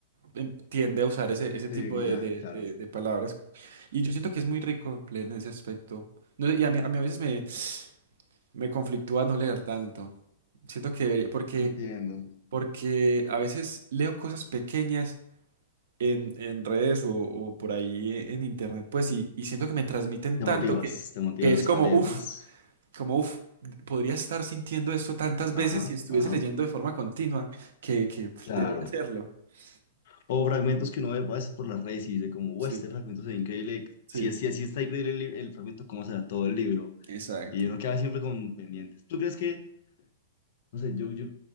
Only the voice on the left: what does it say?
Te
guía,
claro.
Entiendo.
Te
motivas,
te motivas
a leer
más.
Ajá,
ajá.
Claro.
O
fragmentos que uno ve a veces por las redes y dice como, wow,
este fragmento se ve increíble.
Si es, si es- si está increíble el, li- el fragmento, ¿cómo será todo el libro?
Y uno queda siempre con pendientes. ¿Tú crees que, no sé, yo, yo